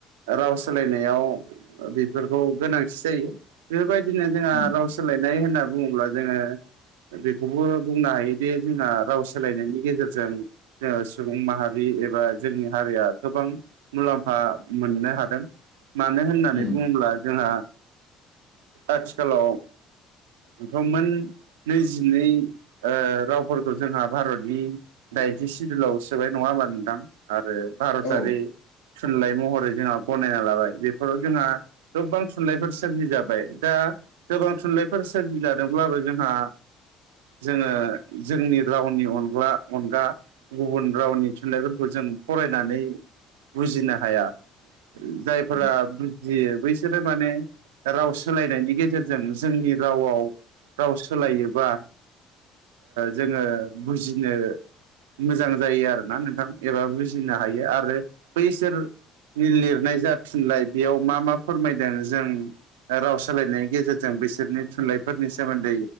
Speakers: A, on the right; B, on the left.
A: राव सोलायनायाव बेफोरखौ गोनांथि जायो बेफोरबायदिनो जोंहा
B: उम
A: राव सोलायनाय होनना बुङोब्ला जोंङो बेखौबो बुंनो हायोदि जोंना राव सोलायनायनि गेजेर जों सुबुं माहारि एबा जोंनि हारिया गोबां मुलाम्फा मोननो हादों मानो होननानै
B: उम
A: बुङोब्ला जोंहा आथिखालाव गौमोन नैजिनै ओ रावफोरखौ जोंहा भारतनि दाइथि सिदुलाव सोबाय नङा होमब्ला नोंथां आरो भारतारि
B: औ
A: थुनलाइ महरै जोंहा गनायना लाबाय बेफोराव जोंहा गोबां थुनलाइफोर सोरजि जाबाय दा गोबां थुनलाइफोर सोरजि जादोंब्लाबो जोंहा जोङो जोंनि रावनि अनग्ला अनगा गुबुन रावनि थुनलाइफोरखौ जों फरायनानै बुजिनो हाया जायफोरा
B: उम
A: बैसोरो माने राव सोलायनायनि गेजेरजों जोंनि रावआव राव सोलायोबा जोंङो बुजिनो मोजां जायो आरो ना नोंथां एबा बुजिनो हायो आरो बैसोर लिरनाय जाथुनलााय बेयाव मा मा फोरमायदों जों राव सोलायनायनि गेजेरजों बिसोरनि थुनलाइफोरनि सोमोन्दै